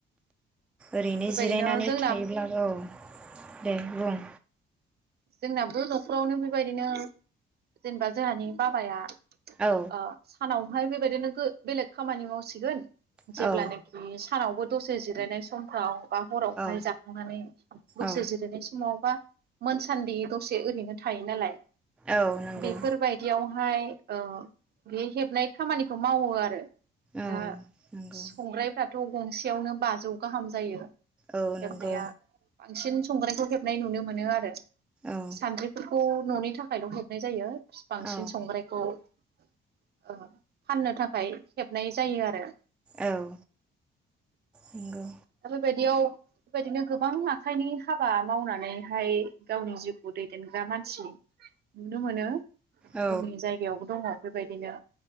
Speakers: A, in the centre; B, on the right (about 55°).
A: ओरैनो
B: बेबायदिनो
A: जिरायनानै
B: जोंना
A: थायोब्लाबो औ दे बुं
B: जोंनाबो न'खरावनो बेबायदिनो जेनेबा जोंहानि बाबाया
A: औ
B: अ सानावहाय बेबायदिनो गो बेलेग खामानि मावसिगोन
A: औ
B: जेब्ला नाखि सानावबो दसे जिरायनाय समफ्राव बा हरावहाय
A: औ
B: जाखांनानै दसे
A: औ
B: जिरायनाय समाव बा <inaudible> सान्दि दसे ओरैनो थायो नालाय।
A: औ नंगौ
B: बेफोरबायदियावहाय ओ बे हेबनाय खामानिखौ मावो आरो।
A: औ
B: दा
A: नंगौ
B: संग्रायफ्रा थौ गंसेयावनो बाजौ गाहाम जायो।
A: औ
B: हेबनाया
A: नंगौ
B: बांसिन संग्रायखौ हेबनाय नुनो मोनो आरो
A: औ
B: सान्द्रिफोरखौ न'नि थाखायल' हेबनाय जायो। बांसिन
A: औ
B: संग्रायखौ ओ फाननो थाखाय हेबनाय जायो आरो।
A: औ नंगौ
B: दा बेबायदियाव बेबायदिनो गोबां आखाइनि हाबा मावनानैहाय गावनि जिउखौ दैदेनग्रा मान <inaudible> नुनो मोनो जोंनि
A: औ
B: जायगायावबो दङ बेबायदिनो